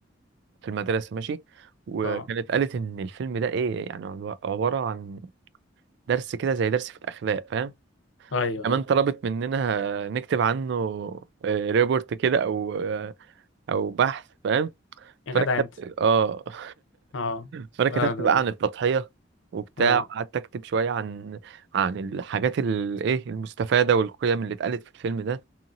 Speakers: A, on the right (about 65°); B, on the left (about 85°).
A: في المدرسه ماشي وكانت
B: اه
A: قالت ان الفيلم ده ايه يعني عباره عن درس كده زي درس في الاخلاق فاهم
B: ايوه
A: كمان
B: ايوه
A: طلبت مننا نكتب عنه آه، ريبورت كده او آه، او بحث فاهم
B: يا
A: فانا
B: جدع
A: كتبت
B: انت
A: اه <laughs>
B: اه
A: فانا كتبت
B: اه ده
A: بقى عن التضحيه وبتاع
B: اه
A: وقعدت اكتب شويه عن عن الحاجات الايه المستفاده والقيم اللي اتقالت في الفيلم ده